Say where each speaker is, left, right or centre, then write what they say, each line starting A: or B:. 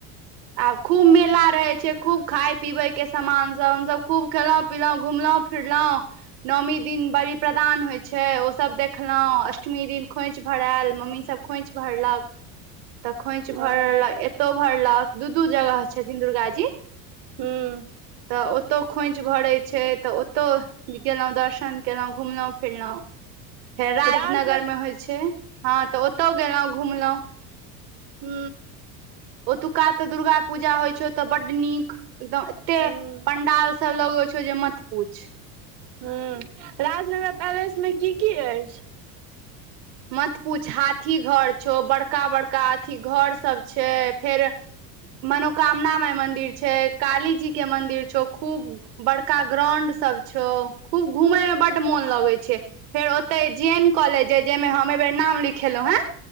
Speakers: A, on the right; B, on the right.
A: आब खूब मेला रहै छै खूब खाय पीबे के सामान सब हमसभ खूब खेलौं पिलौ घुमलौ फिरलौ नौमी दिन बली प्रदान होय छै ओ सब देखलौ अष्टमी दिन खोंइछ भरायल मम्मी सब खोंईछ भरलक तऽ खोंईछ
B: ओ
A: भरलक एतो भरलक दू दू जगह छथिन दुर्गा जी
B: हूँ
A: तऽ ओतौ खोंच भरै छै तऽ ओतौ गेलौ दर्शन गेलौ घुमलौ फिरलौ फेर राजनगर
B: राजनग
A: मे होय छै हँ तऽ ओतौ गेलौ घुमलौ
B: हु
A: ओतुका तऽ दुर्गा पूजा होय छै ओ तऽ बड्ड नीक एकदम एते
B: हूँ
A: पंडाल सब लगै छौ जे मत पुछ
B: ह राजनगर पैलेस मे की की अछि
A: मत पूछ हाथी घर छौ बड़का बड़का अथी घर सब छै फेर मनोकामना माय मंदिर छै काली जी के मंदिर छौ खूब बड़का ग्राउंड सब छौ खूब घूमैय में बड मोन लगै छै फेर ओते जी एन कॉलेज जाहिमे हम एहि बेर नाम लिखेलौ हे